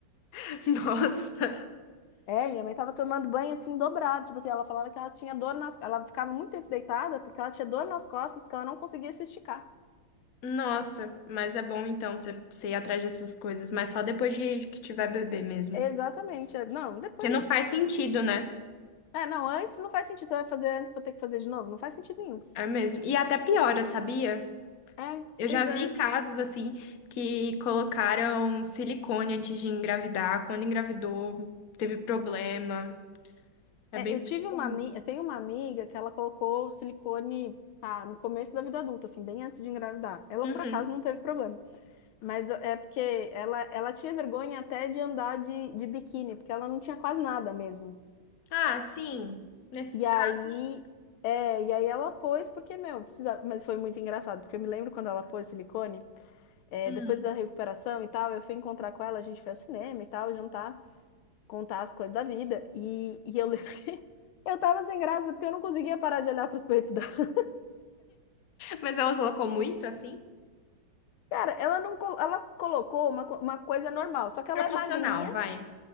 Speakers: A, on the left; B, on the left.
A: <laughs> Nossa.
B: É, minha mãe tava tomando banho assim dobrado, tipo assim, ela falava que ela tinha dor nas, ela ficava muito tempo deitada porque ela tinha dor nas costas, porque ela não conseguia se esticar.
A: Nossa, mas é bom então você você ir atrás dessas coisas, mas só depois de que tiver bebê mesmo.
B: Exatamente. é, Não, depois.
A: Porque não faz sentido, né?
B: É, não, antes não faz sentido. Você vai fazer antes pra ter que fazer de novo? Não faz sentido nenhum.
A: É mesmo. E até piora, sabia?
B: É,
A: Eu
B: pois
A: já vi
B: é,
A: casos assim que colocaram silicone antes de engravidar. Quando engravidou, teve problema. É
B: É,
A: bem
B: eu tive
A: mais
B: uma,
A: comum.
B: ami- eu tenho uma amiga que ela colocou silicone, pá, no começo da vida adulta, assim, bem antes de engravidar. Ela
A: Uhum.
B: por acaso não teve problema, mas é porque ela, ela tinha vergonha até de andar de, de biquíni, porque ela não tinha quase nada mesmo.
A: Ah, sim. Nesses
B: E aí,
A: casos.
B: é, e aí ela pôs porque, meu, precisava, mas foi muito engraçado, porque eu me lembro quando ela pôs silicone, é,
A: hum.
B: depois da recuperação e tal, eu fui encontrar com ela, a gente foi ao cinema e tal, jantar contar as coisas da vida. E, e eu lembro que <laughs> eu tava sem graça porque eu não conseguia parar de olhar pros peitos dela.
A: Mas ela colocou muito assim?
B: Cara, ela não, co- ela colocou uma, co- uma coisa normal, só que ela
A: Proporcional,
B: é magrinha,
A: vai.